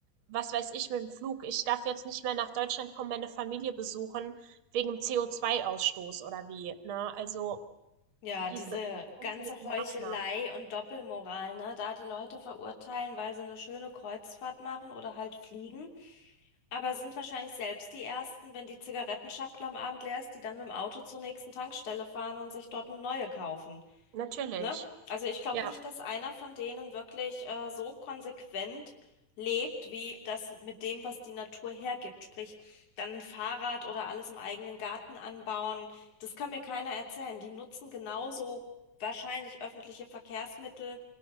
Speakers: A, on the right; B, on the left.
A: was weiß ich mit dem Flug. Ich darf jetzt nicht mehr nach Deutschland kommen, meine Familie besuchen, wegen dem CO2-Ausstoß oder wie. Ne? Also
B: Ja,
A: diese
B: diese
A: unsinnigen
B: ganze Heuchelei
A: Maßnahmen.
B: und Doppelmoral, ne? Da die Leute verurteilen, weil sie eine schöne Kreuzfahrt machen oder halt fliegen. Aber sind wahrscheinlich selbst die Ersten, wenn die Zigarettenschachtel am Abend leer ist, die dann mit dem Auto zur nächsten Tankstelle fahren und sich dort eine neue kaufen.
A: Natürlich.
B: Ne? Also ich glaube
A: Ja.
B: nicht, dass einer von denen wirklich äh, so konsequent lebt, wie das mit dem, was die Natur hergibt. Sprich, dann ein Fahrrad oder alles im eigenen Garten anbauen. Das kann mir keiner erzählen. Die nutzen genauso wahrscheinlich öffentliche Verkehrsmittel